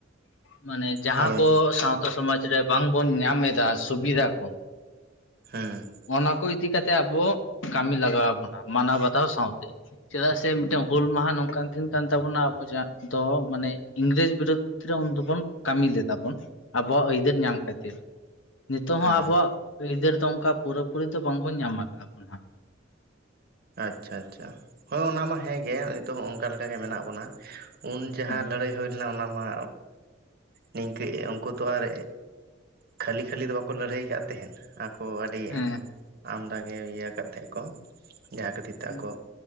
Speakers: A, on the left; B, on the right.
A: ᱢᱟᱱᱮ ᱡᱟᱦᱟᱸ
B: ᱦᱳᱭ
A: ᱠᱚ ᱥᱟᱶᱛᱟ ᱥᱚᱢᱟᱡ ᱨᱮ ᱵᱟᱝᱵᱚᱱ ᱧᱟᱢ ᱮᱫᱟ ᱥᱩᱵᱤᱫᱟ ᱠᱚ
B: ᱦᱮᱸ
A: ᱚᱱᱟ ᱠᱚ ᱤᱫᱤ ᱠᱟᱛᱮᱜ ᱟᱵᱚ ᱠᱟᱹᱢᱤ ᱞᱟᱜᱟᱣᱵᱚᱱᱟ ᱢᱟᱱᱟᱣ ᱵᱟᱛᱟᱣ ᱥᱟᱶᱛᱮ ᱪᱮᱫᱟᱜ ᱥᱮ ᱢᱤᱫᱴᱟᱝ ᱦᱩᱞ ᱢᱟᱦᱟ ᱱᱚᱝᱠᱟᱱ ᱫᱤᱱ ᱠᱟᱱ ᱛᱟᱵᱚᱱᱟ ᱟᱵᱚ ᱡᱟᱦᱟᱸ ᱫᱚ ᱢᱟᱱᱮ ᱤᱝᱨᱮᱡ ᱵᱤᱨᱩᱫᱷ ᱩᱱ ᱫᱚᱵᱚᱱ ᱠᱟᱹᱢᱤ ᱞᱮᱫᱟᱵᱚᱱ ᱟᱵᱚᱣᱟᱜ ᱟᱹᱭᱫᱟᱹᱨ ᱧᱟᱢ ᱠᱷᱟᱹᱛᱤᱨ ᱱᱤᱛᱚᱜ
B: ᱦᱩᱸ
A: ᱦᱚᱸ ᱟᱵᱚᱣᱟᱜ ᱟᱹᱭᱫᱟᱹᱨ ᱫᱚ ᱚᱱᱠᱟ ᱯᱩᱨᱟᱹᱯᱩᱨᱩᱨᱤ ᱫᱚ ᱵᱟᱝᱵᱚᱱ ᱧᱟᱢ ᱠᱟᱜ-ᱟ ᱵᱚᱱ ᱧᱟᱢ ᱟᱠᱟᱫᱟ ᱦᱟᱸᱜ
B: ᱟᱪᱪᱷᱟ ᱟᱪᱪᱷᱟ ᱦᱚᱭ ᱚᱱᱟ ᱢᱟ ᱦᱮᱸᱜᱮ ᱱᱤᱛᱚᱜ ᱦᱚᱸᱜ ᱚᱱᱠᱟᱜ ᱜᱮ ᱢᱮᱱᱟᱜ ᱵᱚᱱᱟ ᱩᱱ ᱡᱟᱦᱟᱸ
A: ᱦᱮᱸ
B: ᱞᱟᱹᱲᱟᱹᱭ ᱦᱩᱭ ᱞᱮᱱᱟ ᱚᱱᱟ ᱢᱟ ᱱᱤᱝᱠᱟᱹ ᱩᱱᱠᱩ ᱛᱚ ᱟᱨ ᱠᱷᱟᱹᱞᱤ ᱠᱷᱟᱹᱞᱤ ᱫᱚ ᱵᱟᱠᱚ ᱞᱟᱹᱲᱦᱟᱹᱭᱟ ᱠᱟᱫ ᱛᱟᱦᱮᱱ ᱟᱠᱚ ᱟᱹᱰᱤ
A: ᱦᱮᱸ
B: ᱟᱢᱫᱟ ᱜᱮ ᱤᱭᱟᱹ ᱠᱟᱛᱮ ᱠᱚ ᱡᱟᱦᱟᱸ ᱠᱷᱟᱹᱛᱤᱨ ᱛᱮ
A: ᱦᱮᱸ
B: ᱟᱠᱚ